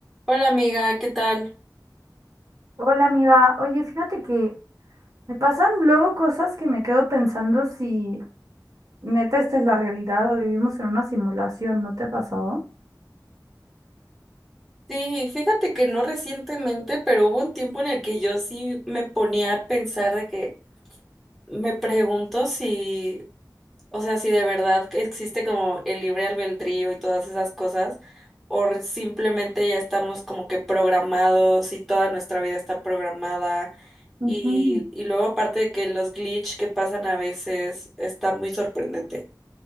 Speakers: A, in the centre; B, on the right (about 50°).
A: Hola amiga, ¿qué tal?
B: Hola amiga, oye, fíjate que me pasan luego cosas que me quedo pensando si neta esta es la realidad o vivimos en una simulación, ¿no te ha pasado?
A: Sí, fíjate que no recientemente, pero hubo un tiempo en el que yo sí me ponía a pensar de que me pregunto si, o sea, si de verdad que existe como el libre albedrío y todas esas cosas, o re- simplemente ya estamos como que programados y toda nuestra vida está programada. Y,
B: Ujú.
A: y luego aparte de que los glitch que pasan a veces está muy sorprendente.